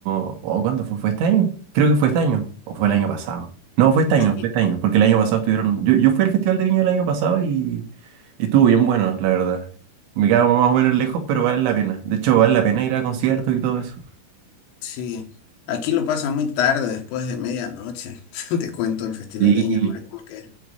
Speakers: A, on the right; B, on the left.
A: o ¿cuánto fue? ¿Fue este año? Creo que fue este año, o fue el año pasado. No, fue este año,
B: aquí,
A: fue este año, porque el año pasado estuvieron, yo, yo fui al Festival de Viña el año pasado y, y estuvo bien bueno, la verdad. Me quedaba más o menos lejos, pero vale la pena. De hecho, vale la pena ir a conciertos y todo eso.
B: sí, aquí lo pasa muy tarde, después de medianoche, <laughs> te cuento el Festival
A: Sí,
B: de Viña, hermano, como que,